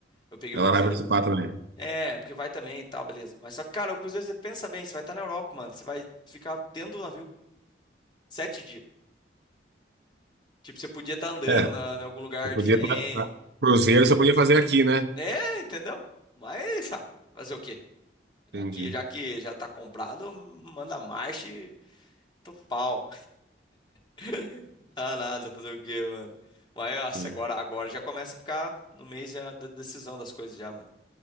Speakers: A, on the left (about 25°); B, on the right (about 70°).
A: Eu peguei
B: Ela
A: o Cruzeiro.
B: vai participar também.
A: É, porque vai também e tal, beleza. Mas só que, cara, o Cruzeiro, você pensa bem, você vai estar na Europa, mano. Você vai ficar dentro do navio sete dias. Tipo, você podia estar andando
B: É,
A: na, em algum lugar
B: eu podia
A: diferente.
B: tra- a- Cruzeiro você podia fazer aqui, né?
A: É, entendeu? Mas, ah, fazer o quê?
B: Entendi.
A: Aqui, já que já tá comprado, manda marcha e tô pau. <laughs> Dá nada, fazer o quê, mano? Mas, nossa,
B: Sim.
A: agora, agora já começa a ficar no mês já da decisão das coisas já, mano.